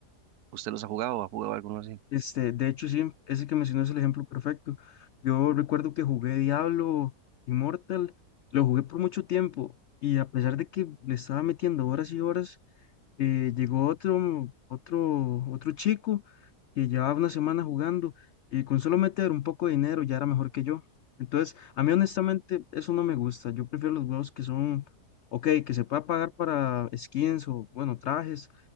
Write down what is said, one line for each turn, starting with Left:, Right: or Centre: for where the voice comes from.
Right: ¿Usted los ha jugado? ¿Ha jugado alguno así?
Left: Este, de hecho, sí, ese que mencionó es el ejemplo perfecto. Yo recuerdo que jugué Diablo Immortal, lo jugué por mucho tiempo y a pesar de que le estaba metiendo horas y horas, eh, llegó otro, otro, otro chico que llevaba una semana jugando y con solo meter un poco de dinero ya era mejor que yo. Entonces, a mí honestamente eso no me gusta. Yo prefiero los juegos que son, ok, que se pueda pagar para skins o, bueno, trajes,